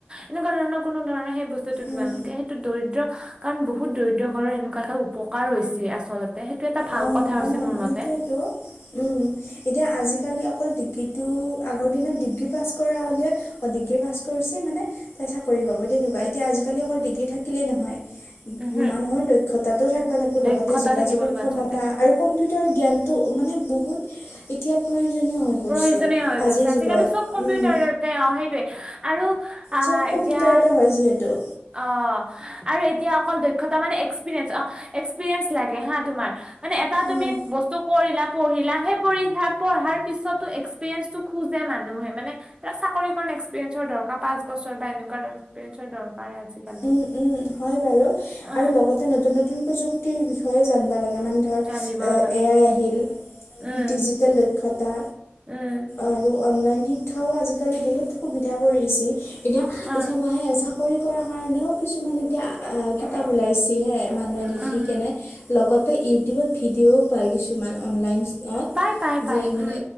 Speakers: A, on the right (about 25°); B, on the left (about 75°).
A: এনেকুৱা ধৰণৰ কোনো ধৰণৰ সেই বস্তুটো দিব
B: উম।
A: নালাগে সেইটো দৰিদ্ৰ কাৰণ বহুত দৰিদ্ৰ ঘৰ এনেুৱা একটা উপ কাৰ হৈছে আচলতে। সেইটো এটা ভাল
B: অ
A: কথা হৈছে
B: অ
A: মোৰ
B: সেইটোয়েতো
A: মতে
B: উম এতিয়া আজিকালি অকল ড
A: <inaudible>
B: আগৰ দিনত ডিগ্ৰী পাছ কৰা হলে অ ডিগ্ৰী পাছ কৰিছে মানে তাই চাকৰি পাব তেনেকুৱা এতিয়া আজি কালি অকল ডিগ্ৰী থাকিলেই নহয়
A: উহু
B: মানুহৰ দক্ষতাটোও থাকিব লাগিব
A: দক্ষতা
B: লগতে যোগাযোগৰ
A: থাকিব লাগিব
B: ক্ষমতা
A: আচলতে উম
B: আৰু কম্পিউটাৰ জ্ঞানটো মানে বহুত এতিয়া হৈ পৰিছে
A: প্ৰয়োজ হৈ
B: আজিৰ
A: গৈছে আজিকালি
B: যুগত
A: চব কম্পিউটাৰতে
B: উম
A: অ সেইটোয়ে আৰু আহ
B: চব কম্পিউটাৰ
A: এতিয়া
B: এ হয় যিহেতু।
A: অ আৰু এতিয়া অকল দক্ষতা মানে এক্সপিৰিয়েঞ্চ অ এক্সপিৰিয়েঞ্চ লাগে হা তোমাৰ। মানে এটা তুমি
B: উম
A: বস্তু কৰিলা পঢ়িলা সেই পঢ়িলা পঢ়াৰ পিছতো এক্সপিৰিয়েন্ঞ্চ টো খোজে মানুহে মানে চাকৰি কাৰণ এক্পিৰিয়েঞ্চৰ দৰকাৰ পাঁচ বছৰ বা এনেকুৱা এক্পিৰিয়েঞ্চৰ দৰকাৰ। আজিকালি
B: উম উম হয় বাৰু
A: অ
B: আৰু লগতে নতুন নতুন প্ৰযুক্তিৰ বিষয়ে জানবা লাগে মানে ধৰ
A: জানিব লাগে
B: এ আই আহিল
A: উম
B: ডিজিটেল দক্ষতা
A: উম
B: আৰু অনলাইন শিক্ষাও আজিকালি বহুত সুবিধা কৰি দিছে। এতিয়া
A: অ
B: চাবাহে চাকৰি কৰাৰ কাৰণেও কিছুমান এতিয়া কিতাপ ওলাইছেহে। মানুহে লিখি
A: উম
B: কেনে লগতে ইউটিউবত ভিডিঅ'ও পায় কিছুমান অনলাইনত
A: পাই পাই পাই
B: যি মানে
A: উম